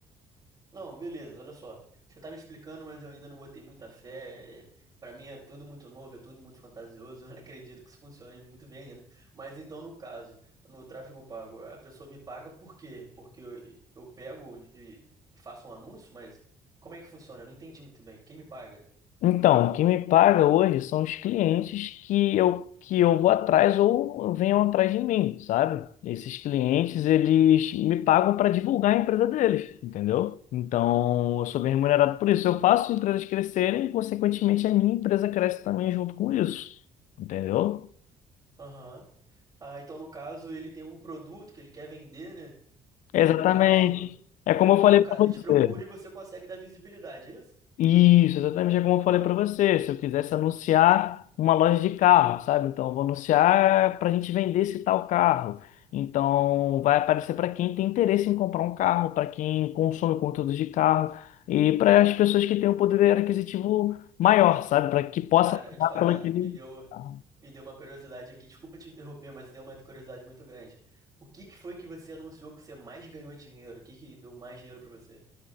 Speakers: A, on the right; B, on the left.
A: Não, beleza, olha só. Você tá me explicando, mas eu ainda não botei muita fé. é, Pra mim é tudo muito novo, é tudo muito fantasioso. <laughs> Eu não acredito que isso funcione muito bem ainda. Mas então, no caso, no tráfego pago, a pessoa me paga por quê? Porque eu, eu pego de, faço um anúncio, mas como é que funciona? Eu não entendi muito bem. Quem me paga?
B: Então, o que me paga hoje são os clientes que eu, que eu vou atrás ou venham atrás de mim, sabe? Esses clientes, eles me pagam para divulgar a empresa deles, entendeu? Então, eu sou bem remunerado por isso. Eu faço empresas crescerem e, consequentemente, a minha empresa cresce também junto com isso, entendeu?
A: Aham. Ah, então no caso ele tem um produto que ele quer vender, né? Aí
B: É Exatamente.
A: no caso,
B: É como eu
A: aí
B: falei
A: no caso
B: para
A: ele
B: você.
A: te procura e você consegue dar visibilidade, é isso?
B: Isso, exatamente é como eu falei para você. Se eu quisesse anunciar uma loja de carro, sabe? Então, eu vou anunciar para a gente vender esse tal carro. Então, vai aparecer para quem tem interesse em comprar um carro, para quem consome conteúdo de carro e para as pessoas que têm um poder aquisitivo maior, sabe? Para que possa
A: Cara,
B: pagar
A: eu te falar,
B: pelo aquele
A: me deu,
B: carro.
A: me deu uma curiosidade aqui. Desculpa te interromper, mas deu uma curiosidade muito grande. O que que foi que você anunciou que você mais ganhou dinheiro? O que que deu mais dinheiro pra você?